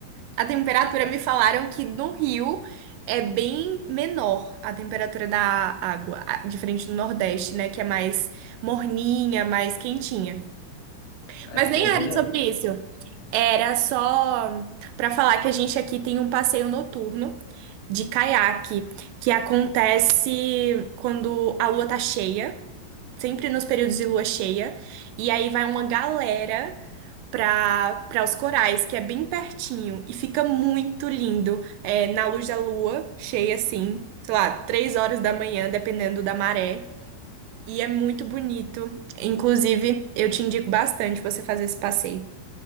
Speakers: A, on the right; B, on the left.
A: A temperatura me falaram que no Rio é bem menor a temperatura da água, a- diferente do Nordeste, né? Que é mais morninha, mais quentinha.
B: Aqui
A: Mas nem
B: é bem...
A: era sobre isso. Era só para falar que a gente aqui tem um passeio noturno de caiaque que acontece quando a lua tá cheia, sempre nos períodos de lua cheia, e aí vai uma galera para para os corais, que é bem pertinho e fica muito lindo, é, na luz da lua cheia assim, sei lá, três horas da manhã, dependendo da maré. E é muito bonito. Inclusive, eu te indico bastante você fazer esse passeio.